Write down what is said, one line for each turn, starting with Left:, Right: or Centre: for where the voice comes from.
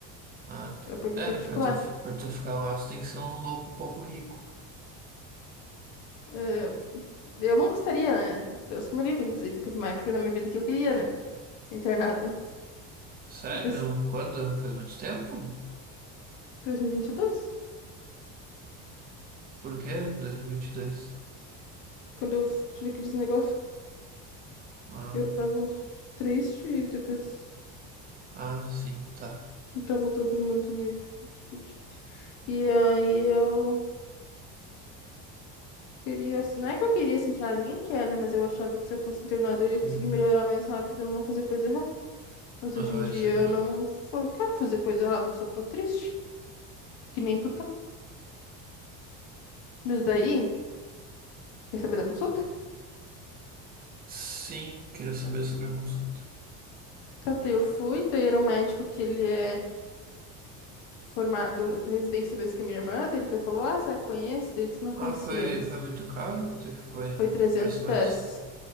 Right: Ah, tá.
Left: Eu paguei
Right: É,
Left: particular.
Right: pra tu, pra tu ficar lá, tu tem que ser um louco um pouco rico.
Left: É, é, eu não gostaria, né? Deus que me livre, inclusive, teve uma época na minha vida que eu queria, né? Ser internada.
Right: Sério?
Left: <laughs> Esse
Right: Quando? Faz muito tempo?
Left: 2022,
Right: Por quê? dois mil e vinte e dois
Left: quando eu tive aqueles negócios
Right: Ah,
Left: Eu tava triste e depois
Right: ah, sim, tá.
Left: tava todo mundo meio tipo, tipo, tipo. E aí eu queria, assim, não é que eu queria se internar, ninguém quer, né? Mas eu achava que se eu fosse internada eu
Right: Sim.
Left: ia conseguir melhorar mais rápido, eu não fazer coisa errada. Mas
Right: Aham,
Left: hoje em dia
Right: isso mesmo.
Left: eu não fa- quero fazer coisa errada, eu só tô triste, que nem tu tá. Mas daí, quer saber da consulta?
Right: Sim, queria saber sobre a consulta.
Left: Tá, daí eu fui, daí era um médico que ele é formado da residência mesmo que a minha irmã, daí ele até falou, ah, você conhece? Daí ele disse que não conhecia,
Right: Ah, foi,
Left: mas
Right: foi muito caro? Quanto é que foi?
Left: foi 310.
Right: O preço mais assim?